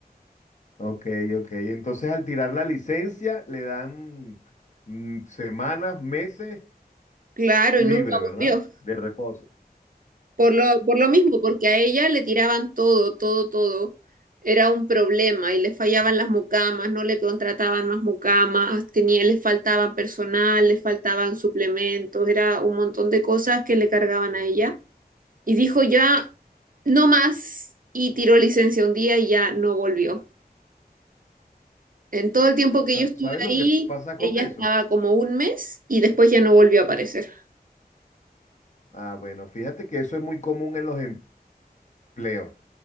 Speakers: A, on the left; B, on the right.
A: ok, ok. Entonces al tirar la licencia le dan mm, semanas, meses
B: Claro,
A: libre,
B: y nunca
A: ¿verdad?
B: volvió.
A: De reposo.
B: Por lo, por lo mismo, porque a ella le tiraban todo, todo, todo. Era un problema y le fallaban
A: Ah.
B: las mucamas, no le contrataban más mucamas, tenía, les faltaban personal, les faltaban suplementos, era un montón de cosas que le cargaban a ella. Y dijo ya, no más, y tiró licencia un día y ya no volvió. En todo el tiempo que
A: Sa-
B: yo estuve
A: ¿Sabes
B: ahí,
A: lo que pasa
B: ella
A: con eso?
B: estaba como un mes y después ya no volvió a aparecer.
A: Ah, bueno, fíjate que eso es muy común en los empleos.